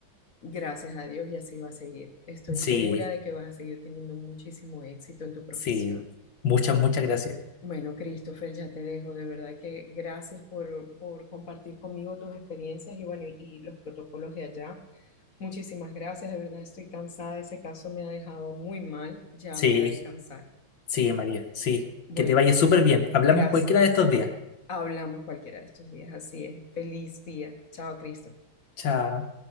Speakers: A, on the left; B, on the left.
A: Gracias a Dios y así va a seguir. Estoy
B: Sí,
A: segura de que vas a seguir teniendo muchísimo éxito en tu profesión.
B: sí, muchas, muchas gracias.
A: Bueno, Christopher, ya te dejo. De verdad que gracias por, por compartir conmigo tus experiencias y bueno, y, y los protocolos de allá. Muchísimas gracias. De verdad estoy cansada. Ese caso me ha dejado muy mal. Ya
B: Sí,
A: voy a descansar.
B: sí, María, sí,
A: Bueno,
B: que te vaya súper bien. Hablamos
A: gracias.
B: cualquiera de estos días.
A: Hablamos cualquiera de estos días. Así es. Feliz día. Chao, Christopher.
B: Chao.